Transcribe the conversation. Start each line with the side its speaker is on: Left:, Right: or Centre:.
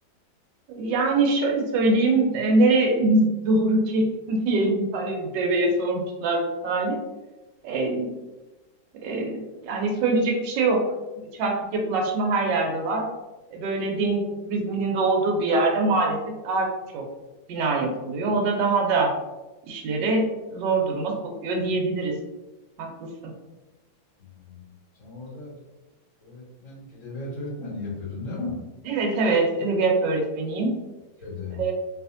Right: Yani şöyle söyleyeyim, e, neremiz doğru ki <laughs> diyelim hani deveye sormuşlar misali. E, e, yani söyleyecek bir şey yok. Çarpık yapılaşma her yerde var. E, böyle deniz turizminin de olduğu bir yerde maalesef daha çok bina yapılıyor. O da daha da işleri zor duruma sokuyor diyebiliriz. Haklısın.
Left: Yani sen orada öğretmenlik, edebiyat öğretmenliği yapıyordun değil mi?
Right: Evet evet edebiyat öğretmeniyim.
Left: Lisede.
Right: E,